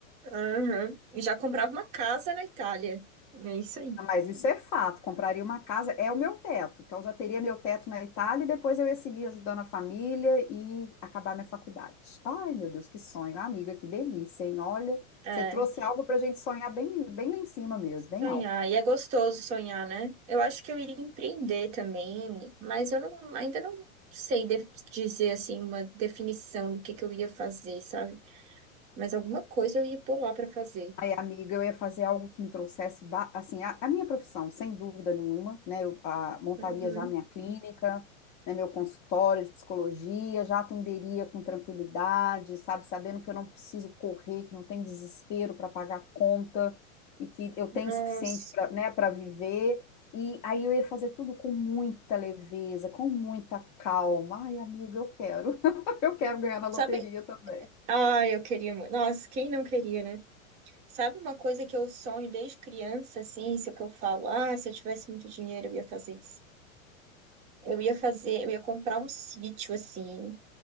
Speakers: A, on the right (about 15°); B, on the left (about 35°).
A: Aham. E já comprava uma casa na Itália. É isso aí.
B: Ah, Mas isso é fato. Compraria uma casa, é o meu teto. Então já teria meu teto na Itália e depois eu ia seguir ajudando a família e acabar minha faculdade. Ai, meu Deus, que sonho. Ah, amiga, que delícia, hein? Olha,
A: É,
B: você trouxe algo para a gente sonhar bem, bem lá em cima mesmo, bem
A: sonhar.
B: alto.
A: E é gostoso sonhar, né? Eu acho que eu iria empreender também, mas eu não- ainda não sei de- dizer assim uma definição do que que eu ia fazer, sabe? Mas alguma coisa eu ia pular para fazer.
B: Amiga, eu ia fazer algo que me trouxesse, ba- assim, a, a minha profissão, sem dúvida nenhuma, né? Eu ah, montaria
A: Uhum.
B: já a minha clínica, né, meu consultório de psicologia, já atenderia com tranquilidade, sabe? Sabendo que eu não preciso correr, que não tem desespero para pagar conta e que eu tenho
A: Nossa,
B: o suficiente para, né, para viver. E aí eu ia fazer tudo com muita leveza, com muita calma. Ai, amiga, eu quero. <laughs> Eu quero ganhar na loteria
A: sabe?
B: também.
A: Ah, eu queria muito. Nossa, quem não queria, né? Sabe uma coisa que eu sonho desde criança, assim, isso que eu falo, ah, se eu tivesse muito dinheiro, eu ia fazer isso. Eu ia fazer, eu ia comprar um sítio, assim,